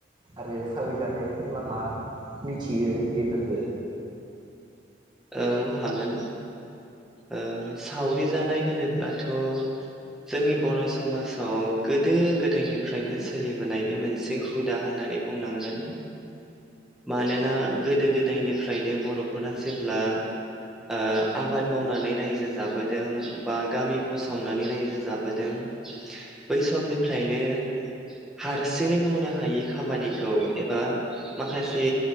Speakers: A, on the right; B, in the centre.
A: आरो सावरि जानाय होनब्ला मा मिथियो बेफोरखो
B: औ हागोन ओ सावरि जानाय होनोब्लाथ जोंनि बर समाज‌ गोदो गोदायनिफ्रायनो सो सोलिबोनाय बे मोनसे हुदा होननानै बुंनांगोन मानोना गोदो गोदायनिफ्रायनो बरफोरा जेब्ला ओ आबाद मावनानै रायजो जाबोदों बा गामि फसंनानै रायजो जाबोदों बै समनिफ्रायनो हारसिङै मावनो हायै खामानिखौ एबा माखासे